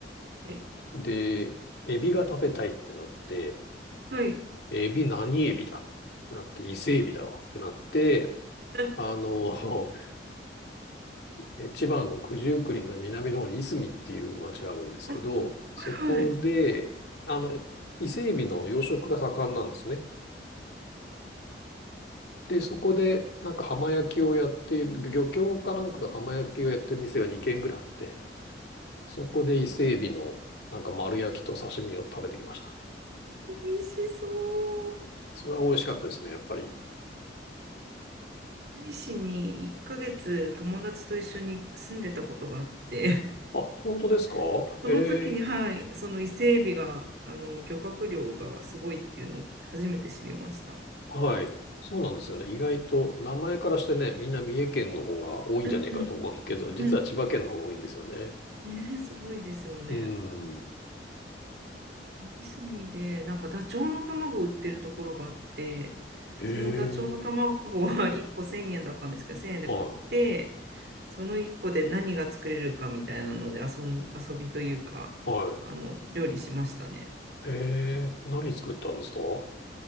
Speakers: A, on the right; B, on the left.
A: え
B: で、エビが食べたいってなって、
A: はい。
B: エビ何エビだってなって、伊勢エビだわってなって、
A: あ、
B: あの、<laughs> え千葉の九十九里の南の方にいすみっていう町があるんですけど、
A: は
B: そこで、
A: いはい。
B: あの、伊勢エビの養殖が盛んなんですね。で、そこで、なんか浜焼きをやっている、漁協かなんかが浜焼きをやってる店が2軒ぐらいあって、そこで伊勢エビの、なんか丸焼きと刺身を食べてきましたね。
A: 美味しそう。
B: それは美味しかったですね、やっぱり。
A: 住市に1ヶ月友達と一緒に住んでたことがあって、
B: あ、本当ですかええ
A: <laughs> その時に、はい、その伊勢海老が、あの、漁獲量がすごいっていうのを初めて知りました。
B: はい。そうなんですよね。意外と、名前からしてね、みんな三重県の方が多いんじゃねえかと思うけど、
A: うんうん
B: 実は千葉県の方が多いんですよね。
A: うん。ね、すごいですよね。
B: うん。
A: いすみで、なんかダチョウの卵を売ってるところがあって、
B: ええ
A: そのダチョウの卵は1個1000円だったんですけど、1000円で買って、
B: は
A: その1個で何が作れるかみたいなので遊ん、遊びというか、
B: い、はい。
A: あの、料理しましたね。
B: ええ何作ったんですかは